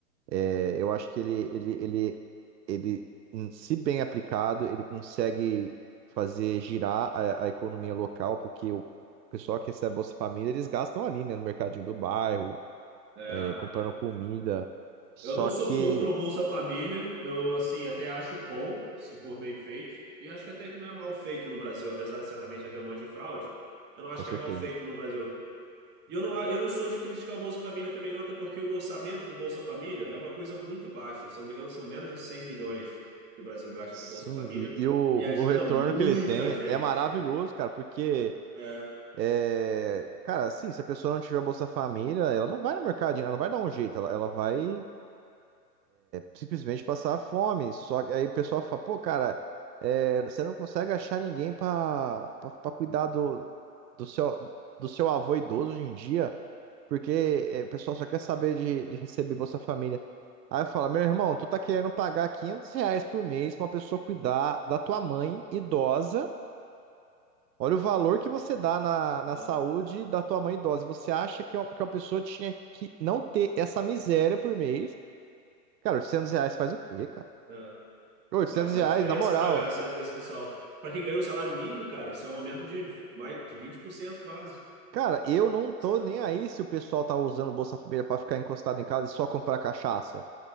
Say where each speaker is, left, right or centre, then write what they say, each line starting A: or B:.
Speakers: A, on the right; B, on the right.
A: É, eu acho que ele, ele, ele, ele, hum, se bem aplicado, ele consegue fazer girar a, a economia local, porque o o pessoal que recebe a Bolsa Família, eles gastam ali, né, no mercadinho do bairro,
B: É,
A: é, comprando comida. Só
B: eu não sou
A: que,
B: contra o Bolsa Família. Eu, assim, até acho bom, se for bem feito. E acho que até que não é mal feito no Brasil, apesar de certamente haver um monte de fraude. Eu não acho
A: com certeza.
B: que é mal feito no Brasil. E Eu não, eu não sou de criticar o Bolsa Família também, não, até porque o orçamento do Bolsa Família é uma coisa muito baixa. Se eu não me engano, são menos de 100 bilhões que o Brasil gasta
A: Sim,
B: com o Bolsa Família
A: e, e o, o
B: e ajuda
A: retorno
B: muita
A: que ele tem
B: gente.
A: é maravilhoso, cara, porque,
B: É,
A: é, cara, assim, se a pessoa não tiver Bolsa Família, ela não vai no mercadinho, ela não vai dar um jeito, ela, ela vai. simplesmente passar fome. Só que aí o pessoal fala, pô, cara, é, você não consegue achar ninguém pra pra- pra cuidar do, do seu, do seu avô idoso hoje em dia, porque é, o pessoal só quer saber de, de receber Bolsa Família. Aí eu falo, meu irmão, tu tá querendo pagar 500 reais por mês pra uma pessoa cuidar da tua mãe idosa. Olha o valor que você dá na, na
B: aham,
A: saúde da tua mãe idosa. Você acha que, uma- que uma pessoa tinha que não ter essa miséria por mês? Cara, 800 reais faz o quê, cara?
B: é.
A: oitocentos
B: Faz uma
A: reais,
B: diferença
A: na moral.
B: para esse pessoal. Para quem ganha o salário mínimo, cara, isso é um aumento de, mais, de 20% quase.
A: Cara, eu não tô
B: sabe?
A: nem aí se o pessoal tá usando o Bolsa Família pra ficar encostado em casa e só comprar cachaça.